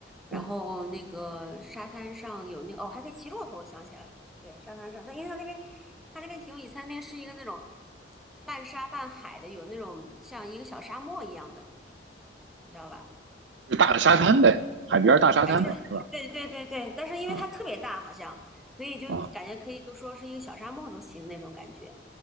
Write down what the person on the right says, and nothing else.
嗯，
就是大的沙滩呗，
海边儿大沙滩吧，
是吧？
啊
啊